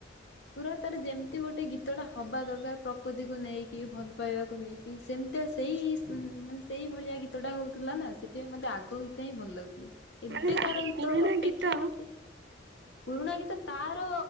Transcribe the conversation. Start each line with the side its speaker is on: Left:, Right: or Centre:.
Left: ପୁରା ତାର ଯେମିତି ଗୋଟେ ଗୀତ ଟା ହବା ଦରକାର ପ୍ରକୃତିକୁ ନେଇକି ଭଲ ପାଇବାକୁ ନେଇକି ସେମିତିଆ ସେଇ ମାନେ ସେଇ ଭଳିଆ ଗୀତଟା ହଉଥିଲା ନା ସେଥିପାଇଁ ମତେ ଆଗ ଗୀତ ହିଁ ଭଲ ଲାଗୁଥିଲା। ଏବେକାରା
Right: ମାନେ ଆ
Left: ଗୀତ
Right: ପୁରୁଣା
Left: ଅପେକ୍ଷା
Right: ଗୀତ
Left: ମତେ ପୁରୁଣା ଗୀତ ତାର